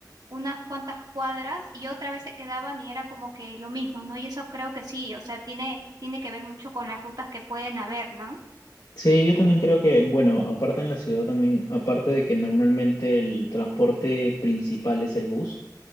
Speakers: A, on the right (about 70°); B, on the left (about 65°).
A: unas cuantas cuadras y otra vez se quedaban y era como que lo mismo, ¿no? Y eso creo que sí, o sea, tiene, tiene que ver mucho con las rutas que pueden haber, ¿no?
B: Sí, yo también creo que, bueno, aparte en la ciudad también, aparte de que normalmente el transporte principal es el bus,